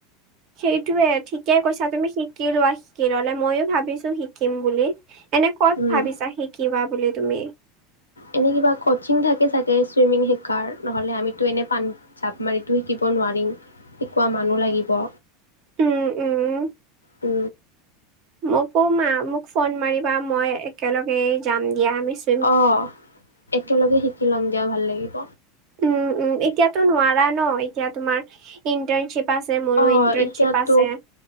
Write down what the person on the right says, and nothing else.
সেইটোয়ে ঠিকে কৈছা তুমি শিকি লোৱা শিকি ললে মইয়ো ভাবিছো শিকিম বুলি, এনে ক'ত
ভাবিছা শিকিবা বুলি তুমি?
উম উম
মোকো মা মোক ফোন মাৰিবা মই একেলগে যাম দিয়া আমি চ
উ উ এতিয়াতো নোৱাৰা ন এতিয়া তোমাৰ ইণ্টাৰ্নশ্বিপ আছে মোৰো
ইণ্টাৰ্নশ্বিপ
আছে